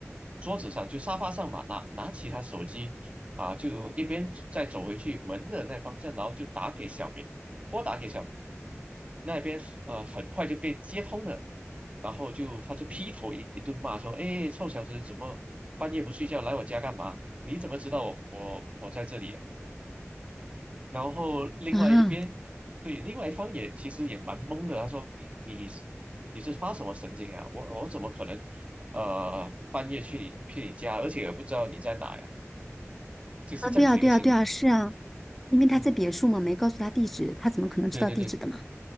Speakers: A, on the right; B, in the centre.
A: 桌子上，就沙发上嘛，拿拿起他手机啊，就一边再走回去门的那方向，然后就打给小明，拨打给小明，那边呃很快就被接通了，然后就他就劈头一一顿骂说，哎，臭小子，怎么半夜不睡觉来我家干嘛？你怎么知道我我我在这里啊？然后另外一边，
B: 啊
A: 对，另外一方也其实也蛮懵的。他说：“你你是你是发什么神经啊？我我怎么可能，呃，半夜去你去你家，而且也不知道你在哪呀？就是这样子一个情。”
B: 啊，对啊，对啊，对啊，是啊，因为他在别墅嘛，
A: 嗯，
B: 没告诉他地址，他怎么可能知道地址的嘛？
A: 对对对